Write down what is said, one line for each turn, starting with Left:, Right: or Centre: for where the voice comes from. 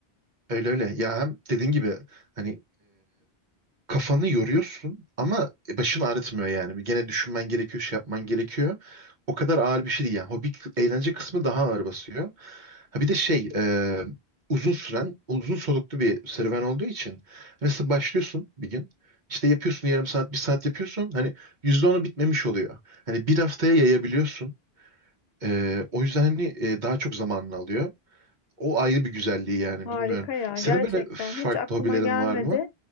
Right: öyle öyle. Ya hem dediğin gibi hani kafanı yoruyorsun ama başını ağrıtmıyor yani. Bir Gene düşünmen gerekiyor, şey yapman gerekiyor. O kadar ağır bir şey değil yani. Hobi kı- eğlence kısmı daha ağır basıyor. Ha bir de şey e, uzun süren, uzun soluklu bir serüven olduğu için mesela başlıyorsun bir gün. İşte yapıyorsun yarım saat, bir saat yapıyorsun. Hani yüzde onu bitmemiş oluyor. Hani bir haftaya yayabiliyorsun. E, o yüzden hani e, daha çok zamanını alıyor. O ayrı bir güzelliği yani
Left: Harika
Right: bilmiyorum.
Left: ya
Right: Senin
Left: gerçekten
Right: böyle farklı
Left: hiç aklıma
Right: hobilerin
Left: gelmedi.
Right: var mı?